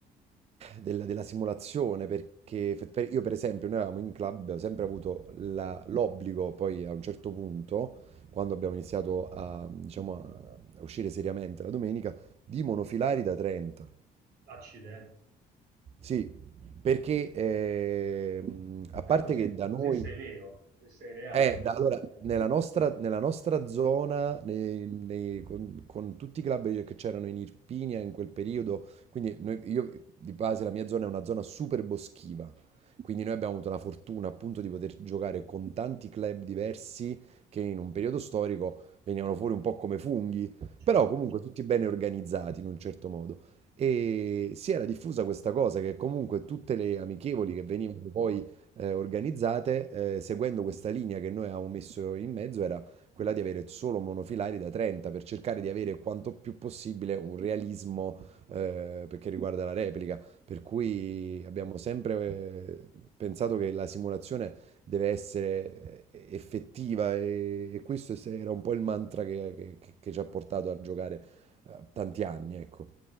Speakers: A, on the right; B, on the right.
A: della della simulazione, perché fe- per- io per esempio, noi avevamo in club, abbiamo sempre avuto la- l'obbligo, poi a un certo punto, quando abbiamo iniziato a, diciamo, a a uscire seriamente la domenica, di monofilari da 30.
B: Accidenti,
A: Sì, perché ehm, a
B: Eh,
A: parte
B: così,
A: che da
B: così
A: noi
B: sei vero, così sei reale,
A: eh,
B: nel
A: da-
B: senso,
A: allora,
B: eh,
A: nella nostra, nella nostra zona, nei- nei- con, con tutti i club che c'erano in Irpinia in quel periodo, quindi noi- io di base la mia zona è una zona super boschiva, quindi noi abbiamo avuto la fortuna appunto di poter giocare con tanti club diversi che in un periodo storico venivano fuori un po' come funghi,
B: certo.
A: però comunque
B: certo.
A: tutti bene organizzati in un certo modo. E si era diffusa questa cosa che comunque tutte le amichevoli che venivano poi eh, organizzate, eh, seguendo questa linea che noi avevamo messo in mezzo, era quella di avere solo monofilari da 30 per cercare di avere quanto più possibile un realismo eh, perché riguarda la replica. Per cui abbiamo sempre eh, pensato che la simulazione deve essere eh, effettiva e, e questo è- era un po' il mantra che, che- che- che ci ha portato a giocare eh, tanti anni, ecco.